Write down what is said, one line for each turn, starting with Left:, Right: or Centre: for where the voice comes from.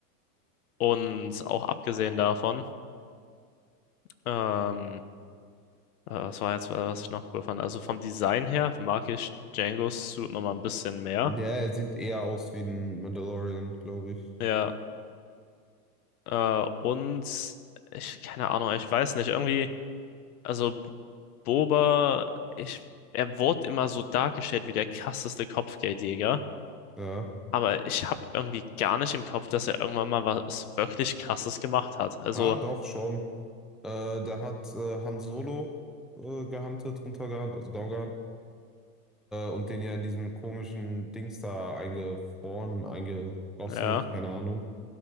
Left: Und auch abgesehen davon, ähm, äh, was war jetzt, was ich noch cool fand? Also vom Design her mag ich Django's Suit nochmal ein bisschen mehr.
Centre: Ja, er sieht eher aus wie ein Mandalorian, glaube ich.
Left: Ja, äh, und ich, keine Ahnung, ich weiß nicht, irgendwie, also Boba, ich, er wurde immer so dargestellt wie der krasseste Kopfgeldjäger,
Centre: Ja.
Left: aber ich habe irgendwie gar nicht im Kopf, dass er irgendwann mal was wirklich Krasses gemacht hat. Also,
Centre: Ah, doch, schon. Äh, der hat äh, Han Solo äh, gehuntet, runtergehuntet, also down und den ja in diesem komischen Dings da eingefroren, eingegossen,
Left: ja,
Centre: keine Ahnung.